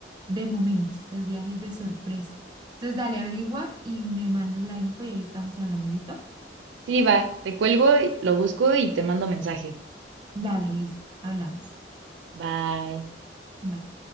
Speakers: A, on the right; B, on the right.
A: de momento, los viajes de sorpresa. Entonces, dale, averigua y me mandas la info y ahí estamos hablando, ¿listo?
B: Sí, va, te cuelgo, y- lo busco y te mando mensaje.
A: Dale, listo, hablamos.
B: Bye.
A: Bye.